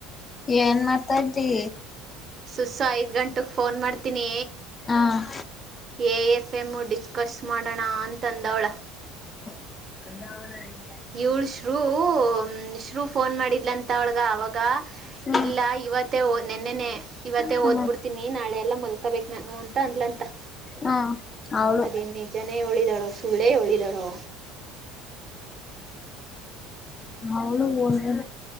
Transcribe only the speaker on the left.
ಏನ್ ಮತ್ ತಡ್ಲಿ
ಹಾ
ಗದ್ದ ನರಿ
ಹ್ಮ
ಹ್ಮ
ಹಾ ಅವಳು
ಅವಳು ಓದದ